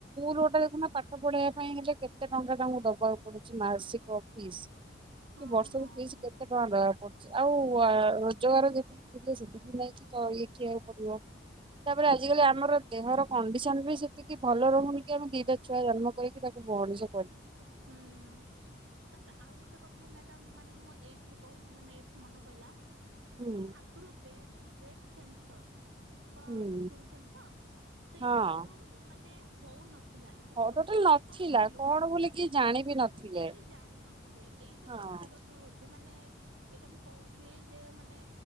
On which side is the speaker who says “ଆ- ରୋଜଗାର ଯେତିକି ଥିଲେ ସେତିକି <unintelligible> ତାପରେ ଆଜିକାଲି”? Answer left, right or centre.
Right